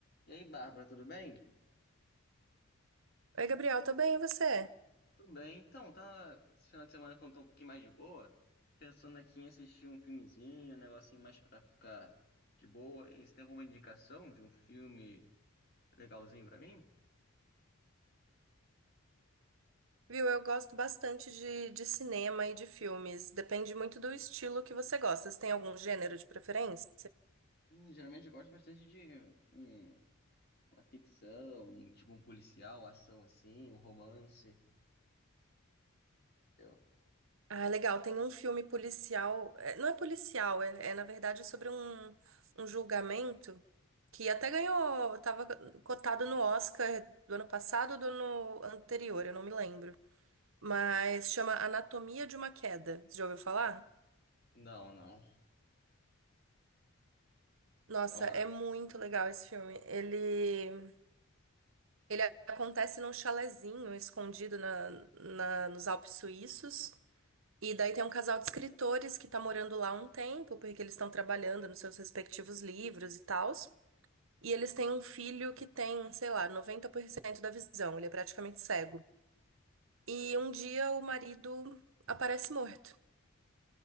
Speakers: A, on the left; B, on the right.
A: E aí, Bárbara, tudo bem?
B: Oi, Gabriel, tô bem, e você?
A: Tudo bem. Então, tá. Esse final de semana que eu tô um pouquinho mais de boa, pensando aqui em assistir um filmezinho, um negocinho mais pra ficar de boa. E você tem alguma indicação de um filme legalzinho pra mim?
B: Viu, eu gosto bastante de, de cinema e de filmes. Depende muito do estilo que você gosta. Você tem algum gênero de preferência?
A: Hum, geralmente eu gosto bastante de um, uma ficção, um- tipo um policial, ação assim, um romance. Eu...
B: Ah, legal. Tem um filme policial. é, Não é policial, é, é, na verdade sobre um, um julgamento que até ganhou. Tava cotado no Oscar do ano passado ou do ano anterior, eu não me lembro. Mas chama Anatomia de uma Queda. Você já ouviu falar?
A: Não, não.
B: Nossa,
A: É uma.
B: é muito legal esse filme. Ele. Ele acontece num chalezinho escondido na, na- nos Alpes suíços. E daí tem um casal de escritores que tá morando lá há um tempo, porque eles estão trabalhando nos seus respectivos livros e tals. E eles têm um filho que tem, sei lá, 90% da visão, ele é praticamente cego. E um dia o marido aparece morto.